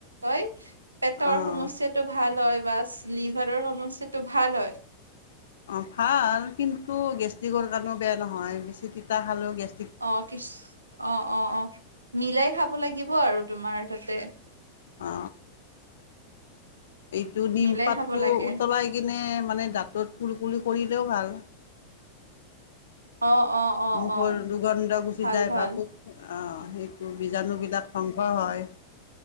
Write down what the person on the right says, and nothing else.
কয় পেটৰ
সমস্্যয়াটো ভাল হয় বাছ লিভাৰৰ সমস্যাটো ভাল হয়
অ কি অ অ অ মিলাই খাব লাগিব আৰু তোমাৰ তাতে
মিলাই
খাব লাগে
অ অ অ
অ
ভাল
ভাল